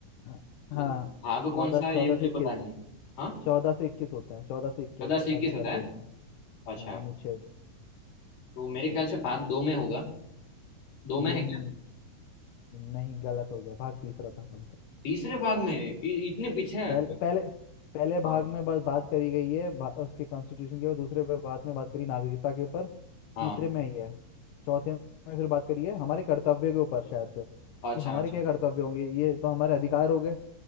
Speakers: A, on the left (about 80°); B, on the left (about 45°).
A: हाँ हाँ
B: लेकिन भाग
A: चौदह
B: कौन सा है
A: चौदह
B: ये मुझे
A: से इक्कीस
B: पता नहीं है हाँ
A: चौदह से इक्कीस होते हैं चौदह से इक्कीस
B: चौदह से इक्कीस
A: आर्टिकल
B: होता
A: बोलते
B: है
A: हैं
B: अच्छा
A: हाँ अनुच्छेद
B: तो मेरे ख्याल
A: हम्म,
B: से भाग दो में होगा दो में
A: नहीं
B: है क्या
A: नहीं गलत हो गया भाग तीसरा था आंसर
B: तीसरे भाग में इ, इतने पीछे है
A: पहले पहले पहले भाग
B: हाँ
A: में बस बात करी गई है भा- उसके कॉन्स्टिट्यूशन के ऊपर दूसरे पे बात में बात करी नागरिकता के ऊपर
B: हाँ
A: तीसरे में ही है चौथे में फिर बात करी है हमारे कर्तव्य के ऊपर शायद से
B: अच्छा
A: कि हमारे
B: अच्छा
A: क्या कर्तव्य होंगे ये तो हमारे अधिकार हो गए